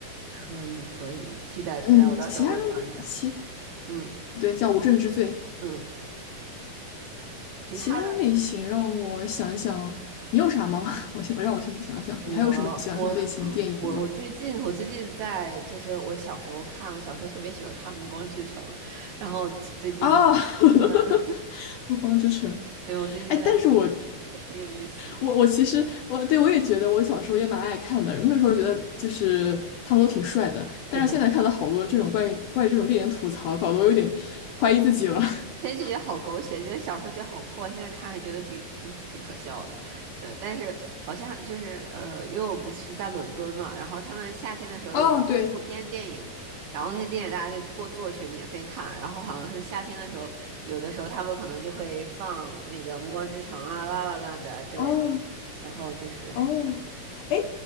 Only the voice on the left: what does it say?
嗯，
其他其
对叫《无证之罪》，
其他类型让我想想，
你有啥吗？<laughs> 我先我让我先想想，
你还有什么喜欢看的类型的电影吗？
啊，<laughs>
暮光之城，
哎，但是我
我我其实我对我也觉得我小时候也蛮爱看的，那时候觉得就是他们都挺帅的，但是现在看到好多这种关于关于这种电影吐槽，
搞得我有点怀疑自己了。<laughs>
哦，对，
哦
哦，哎，